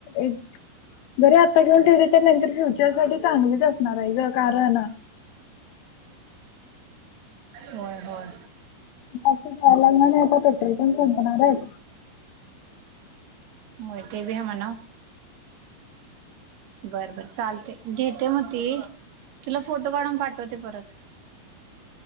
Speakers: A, on the left; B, on the right.
A: एक बर आता घेऊन टीट नंतर फ्युचर सा चांगलीच असणार आहे ज कारण
B: होय होय
A: असंय लागणार नाही आता पटरी पण संपणार आहेच
B: हो ते ब हमाणाव बर बर चालते घेते मग त तुला फोटो काढून पाठवते परत